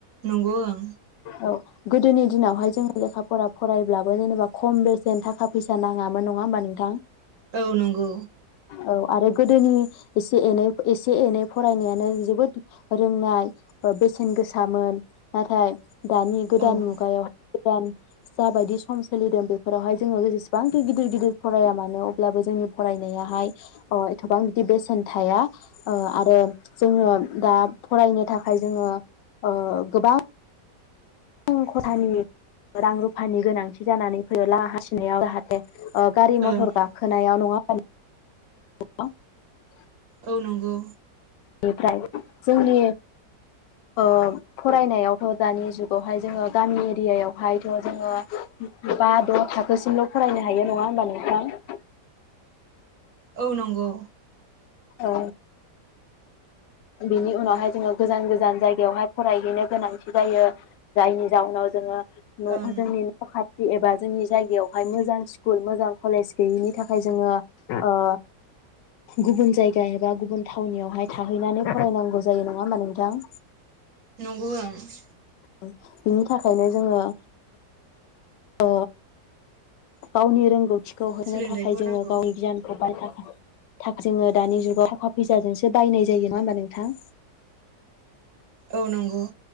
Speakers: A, on the right; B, on the left.
A: नंगौ ओं
B: औ गोदोनि दिनावहाय जोङो लेखा फरा फरायब्लाबो जेनेबा खम बेसेन थाखा फैसा नाङामोन नङा होमबा नोंथां?
A: औ नंगौ।
B: औ आरो गोदोनि एसे एनै एसे एनै फरायनायानो जोबोद रोंनाय ओ बेसेन गोसामोन नाथाय दानि गोदान
A: औ ओं
B: मुगायाव <unintelligible> गोदान जाबायदि सम सोलिदों बे फोरावहाय जोङो जेसेबांखि गिदिर गिदिर फराया मानो अब्लाबो जोंनि फरायनायाहाय ओ थोबां दि बेसेन थाया ओ आरो जोङो दा फरायनो थाखाय जोङो ओ गोबां बां खथानि रां रुफानि गोनांथि जानानै फैयो लाहा हासिनायाव जाहाथे ओ गारि मथर
A: औ
B: गाखोनायाव नङा <unintelligible> <unintelligible>
A: औ नंगौ।
B: बेनिफ्राय जोंनि ओ फरायनायावथ' दानि जुगावहाय जोङो गामि एरियायावहायथ' जोङो बा द' थाखोसिमल' फरायनो हायो नङा होम होमबा नोंथां?
A: औ नंगौ
B: औ बिनि उनावहाय जोङो गोजान गोजान जायगायावहाय फरायहैनो गोनांथि जायो जायनि जाउनाव जोङो न'
A: ओं
B: जोंनि न' खाथ एबा जोंनि जायगायावहाय मोजां स्कुल मोजां कलेज गैयिनि थाखाय जोङो ओ गुबुन जायगा एबा गुबुन थावनियावहाय थाहैनानै फरायनांगौ। नांगौ जायो नङा होमबा नोंथां?
A: नुगौ ओं ।
B: ओं बिनि थाखायनो जोङो ओ गावनि रोंगौ थिखौ होनो
A: सोलोंथाइखौ
B: थाखाय जोङो
A: नांगौ
B: गावनि गियानखौ बाय थाखाय थाख जोङो दानि जुगाव थाखा फैसाजोंसो बायनाय जायो नङा होमबा नोंथां?
A: औ नंगौ।